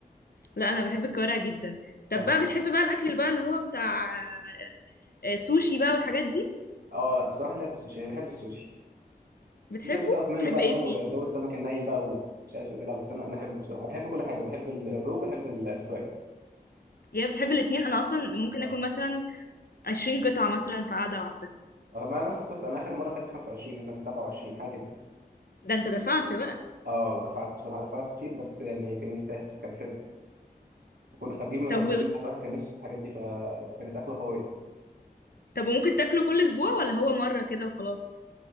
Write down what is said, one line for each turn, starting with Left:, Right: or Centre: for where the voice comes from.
Left: لا انا بحب الكوارع جدا طب
Right: طب
Left: بقى بتحب بقى الاكل اللي بقى اللي هو بتاع آه، سوشي بقى والحاجات دي
Right: اه لا بصراحه لا في السوشي يعني بحب السوشي
Left: بتحبه
Right: في ناس بتعرف منه
Left: بتحب
Right: بقى
Left: ايه
Right: جو
Left: فيه
Right: جو السمك الني بقى ومش عارف ايه لا بس انا انا احبه بصراحه بحب كل حاجه بحب ال- الرو بحب ال- الفرايد
Left: يا بتحب الاتنين انا اصلا ممكن
Right: اه
Left: اكل مثلا 20 قطعة مثلا في قعدة واحدة
Right: آه، ما نفس القصه انا اخر مره اكلت 25 مثلا 27 حاجه كده
Left: ده انت دفعت بقى
Right: اه دفعت بصراحه دفعت كتير بس يعني كان يستاهل كان حلو وكنا خارجين من رمضان
Left: طب و...
Right: بقى الواحد كان نفسه في الحاجات دي فكانت اكله قويه
Left: طب وممكن تاكله كل اسبوع ولا هو مرة كده وخلاص